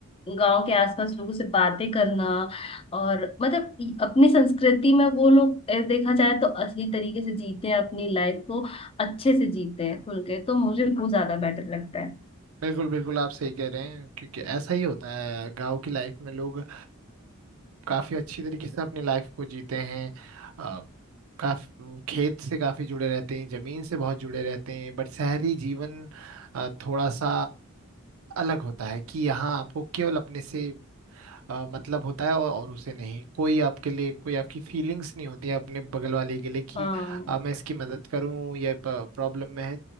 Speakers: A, on the left; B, on the right.
A: गांव के आसपास लोगों से बातें करना और मतलब अपनी संस्कृति में वो लोग अ, देखा जाए तो असली तरीके से जीते हैं अपनी लाइफ को अच्छे से जीते हैं खुल के तो मुझे वो ज्यादा बेटर लगता है
B: बिल्कुल बिल्कुल आप सही कह रहे हैं क्योंकि ऐसा ही होता है गांव की लाइफ में लोग अ, काफी अच्छी तरीके से अपनी लाइफ को जीते हैं अ, काफी खेत से काफी जुड़े रहते हैं जमीन से बहुत जुड़े रहते हैं बट शहरी जीवन अ, थोड़ा सा अलग होता है कि यहाँ आपको केवल अपने से अ, मतलब होता है और, और उसे नहीं कोई आपके लिए कोई आपकी फीलिंग्स नहीं होती है अपने बगल वाले के लिए कि
A: हाँ
B: अ, मैं इसकी मदद करूं या प्रॉब्लम में है